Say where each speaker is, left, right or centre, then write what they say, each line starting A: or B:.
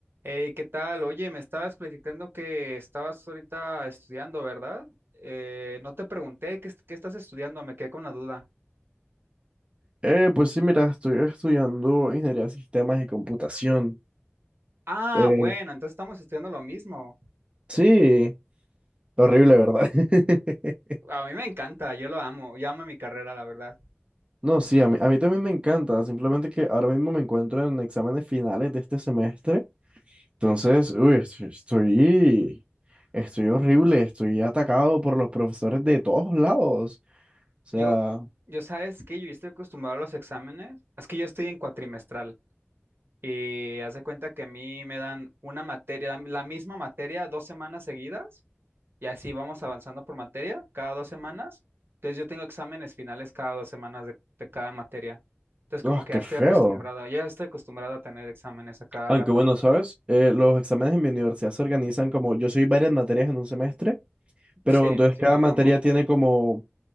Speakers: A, on the right; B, on the right.
A: Hey, ¿qué tal? Oye, me estabas platicando que estabas ahorita estudiando, ¿verdad? Eh, no te pregunté qué, est- qué estás estudiando, me quedé con una duda.
B: Eh, pues sí, mira, estoy estudiando ingeniería de sistemas y computación.
A: Ah,
B: Eh,
A: bueno, entonces estamos estudiando lo mismo.
B: sí, horrible, ¿verdad? <laughs>
A: A mí me encanta, yo lo amo, yo amo mi carrera, la verdad.
B: No, sí, a mí, a mí también me encanta, simplemente que ahora mismo me encuentro en exámenes finales de este semestre. Entonces,
A: Mm.
B: uy, est- estoy, estoy horrible, estoy atacado por los profesores de todos lados. O sea,
A: Yo, yo sabes que yo estoy acostumbrado a los exámenes, es que yo estoy en cuatrimestral y haz de cuenta que a mí me dan una materia, la la misma materia dos semanas seguidas Y así vamos avanzando por materia cada dos semanas. Entonces yo tengo exámenes finales cada dos semanas de, de cada materia. Entonces como
B: ¡ah,
A: que
B: qué
A: ya estoy
B: feo.
A: acostumbrado, ya estoy acostumbrado a tener exámenes a cada
B: Aunque
A: rato.
B: bueno, ¿sabes? Eh, los exámenes en mi universidad se organizan como, yo soy varias materias en un semestre, pero
A: Sí,
B: entonces
A: sí
B: cada
A: sé
B: materia
A: cómo.
B: tiene como